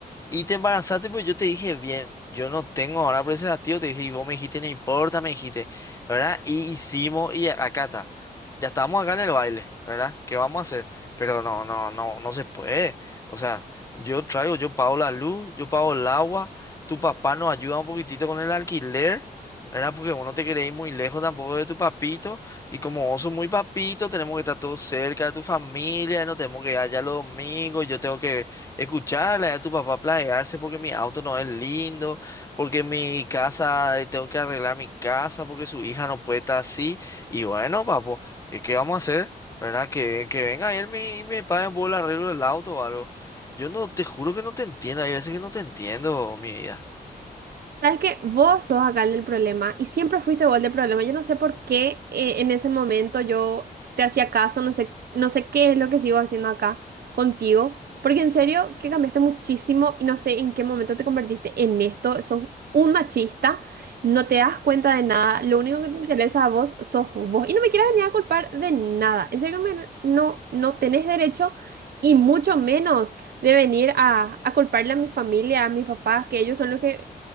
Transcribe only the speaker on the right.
Sabes que vos sos acá el del problema y siempre fuiste vos el del problema. Yo no sé por qué eh, en ese momento yo te hacía caso, no sé, no sé qué es lo que sigo haciendo acá contigo, porque en serio que cambiaste muchísimo y no sé en qué momento te convertiste en esto. Sos un machista, no te das cuenta de nada, lo único que te interesa a vos sos vos y no me quieras venir a culpar de nada. En serio, me- no, no tenés derecho y mucho menos de venir a, a culparle a mi familia, a mis papás, que ellos son los que